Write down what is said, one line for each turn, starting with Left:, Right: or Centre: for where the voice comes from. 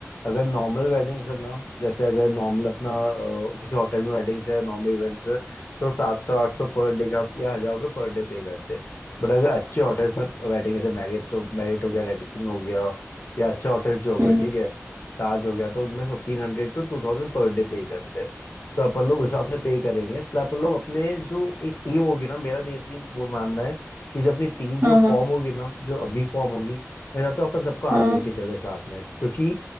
Left: अगर नॉर्मल वेडिंग्स है ना जैसे अगर नॉर्मल अपना अ, किसी होटल में वेडिंग्स है नॉर्मल इवेंट्स है तो सात सौ आठ सौ पर डे का या हजार रुपये पर डे पे करते हैं बट अगर अच्छे होटल्स में वेडिंग है जैसे मैरियट मैरियट हो गया रेडिसन हो गया या अच्छे होटल्स जो हो
Right: हम्म
Left: गए ठीक है ताज हो गया तो उनमें फिफ्टीन हंड्रेड टू टू थाउजेंड पर डे पे करते हैं तो अपन लोग उस हिसाब से पे करेंगे प्लस अपन लोग अपने जो एक टीम होगी ना मेरा नहीं है वो मानना है कि जो अपनी टीम जो
Right: हाँ हाँ
Left: फॉर्म होगी ना जो अभी फॉर्म होगी मैं चाहता हूँ अपन सबको आगे
Right: हाँ
Left: लेके चले साथ में क्योंकि